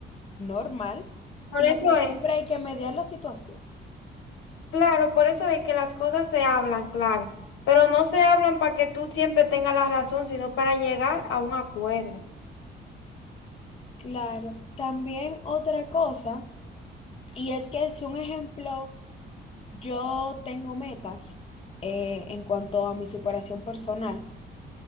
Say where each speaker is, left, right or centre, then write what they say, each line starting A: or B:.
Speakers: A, on the left; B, on the left.
A: normal,
B: Por
A: y
B: eso
A: lo que siempre
B: es.
A: hay que mediar la situación.
B: Claro, por eso es que las cosas se hablan, claro, pero no se hablan para que tú siempre tengas la razón, sino para llegar a un acuerdo.
A: Claro, también otra cosa, y es que si un ejemplo, yo tengo metas eh, en cuanto a mi superación personal,